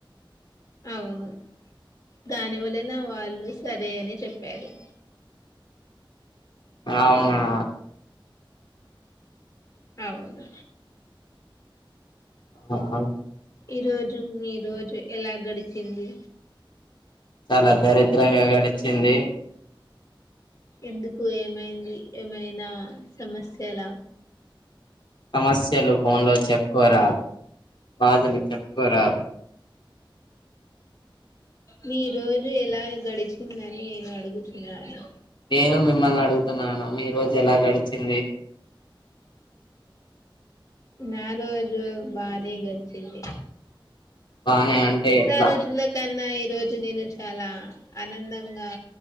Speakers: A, on the left; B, on the left.
A: అవును దానివల నా వాళ్ళు సరే అని చెప్పారు
B: అవునా
A: అవును
B: ఆ ఆ
A: ఈ రోజు మీ రోజు ఎలా గడిచింది
B: చాలా దరిద్రంగా గడిచింది
A: ఎందుకు ఏమైంది ఏమైనా సమస్యల
B: సమస్యలు ఫోన్ లో చెప్పుకోరాదు బాధలు చెప్పుకోరాదు
A: మీ రోజు ఎలా గడిచిందని నేను అడుగుతున్నాను
B: నేను మిమ్మల్ని అడుగుతున్నాను మీ రోజు ఎలా గడిచింది
A: నా రోజు బానే గడిచింది
B: బానే అంటే
A: నిత్తారో
B: ఎట్లా
A: చుల్ల క అన్నాయి ఈ రోజు నేను చాలా ఆనందంగా